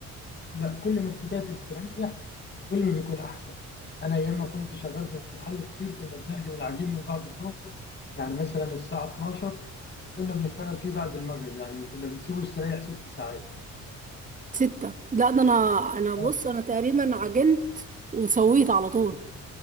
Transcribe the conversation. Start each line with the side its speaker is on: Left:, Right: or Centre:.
Left: لا كل ما تسيبيها تستريح كل ما بيكون احسن انا ايام ما كنت شغال في محل فطير كنا بنعجن العجين من بعد الظهر يعني مثلا الساعه 12 وكنا بنشتغل فيه بعد المغرب يعني كنا بنسيبه يستريح ست ساعات
Right: ستة لا ده انا انا بص
Left: اه
Right: انا تقريبا عجنت وسويت على طول